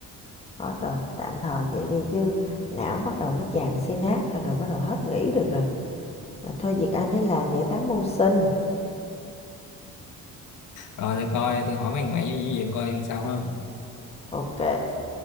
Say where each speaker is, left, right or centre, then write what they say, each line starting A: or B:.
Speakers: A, on the left; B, on the left.
A: hết rồi tạm thời vậy đi chứ não bắt đầu nó chàng synapse rồi rồi bắt đầu hết nghĩ được rồi rồi thôi việc anh ấy làm giải tán mưu sinh
B: rồi để coi tôi hỏi mấy thằng mẹ với gì coi làm sao ha
A: ok